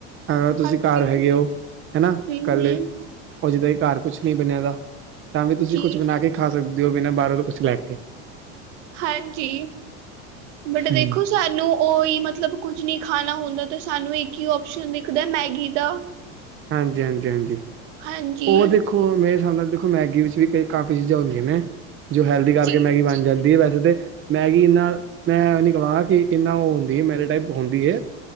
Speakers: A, on the right (about 35°); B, on the right (about 70°).
A: ਅਗਰ ਤੁਸੀਂ
B: ਹਾਂਜੀ,
A: ਘਰ ਹੈਗੇ ਹੋ ਹਨਾ
B: ਹੂੰ-ਹੂੰ,
A: ਇਕੱਲੇ ਉਹ ਜਿੱਦਾਂ ਘਰ ਕੁਛ ਨਹੀਂ ਬਣਿਆਦਾ ਤਾਂ ਵੀ ਤੁਸੀਂ
B: ਜੀ,
A: ਕੁਛ ਬਣਾ ਕੇ ਖਾ ਸਕਦੇ ਹੋ ਬਿਨਾਂ ਬਾਰੋਂ ਤੋਂ ਕੁਛ ਲੈ ਕੇ
B: ਹਾਂਜੀ ਬਟ
A: ਹੂੰ
B: ਦੇਖੋ ਤਾਨੂੰ ਉਹੀ ਮਤਲਬ ਕੁੱਝ ਨਹੀਂ ਖਾਣਾ ਹੁੰਦਾ ਤੇ ਸਾਨੂੰ ਇੱਕ ਹੀ ਓਪਸ਼ਨ ਦਿਖਦਾ ਮੈਗੀ ਦਾ
A: ਹਾਂਜੀ ਹਾਂਜੀ ਹਾਂਜੀ
B: ਹਾਂਜੀ,
A: ਉਹ ਦੇਖੋ ਮੇਰੇ ਹਿਸਾਬ ਨਾਲ ਦੇਖੋ ਮੈਗੀ ਵਿੱਚ ਵੀ ਕਾਫ਼ੀ ਚੀਜ਼ਾਂ ਹੁੰਦੀਆਂ ਨੇ ਜੋ ਹੈਲਦੀ ਕਰਕੇ
B: ਜੀ,
A: ਮੈਗੀ ਬਣ ਜਾਂਦੀ ਹੈ ਵੈਸੇ ਤਾਂ ਮੈਗੀ ਨਾਲ ਮੈਂ ਉਹ ਨਹੀਂ ਕਵਾਂ ਕਿ ਇੰਨਾ ਉਹ ਹੁੰਦੀ ਹੈ ਮੈਦੇ ਟਾਈਪ ਹੁੰਦੀ ਐ